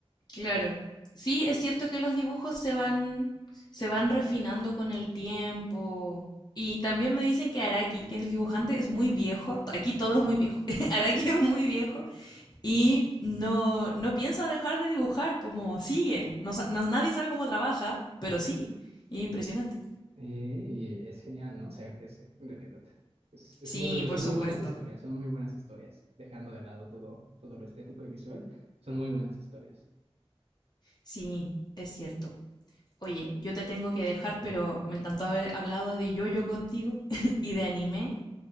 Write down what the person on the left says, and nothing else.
Claro. Sí, es cierto que los dibujos se van, se van refinando con el tiempo. Y también me dicen que Araki, que es el dibujante, es muy viejo. Aquí todo es muy viejo. <laughs> Araki es muy viejo y no, no piensa dejar de dibujar, como sigue. No sa- no- nadie sabe cómo trabaja, pero sigue. Y es impresionante.
Sí,
por
supuesto.
Sí, es cierto. Oye, yo te tengo que dejar, pero me encantó haber hablado de yoyo contigo <laughs> y de anime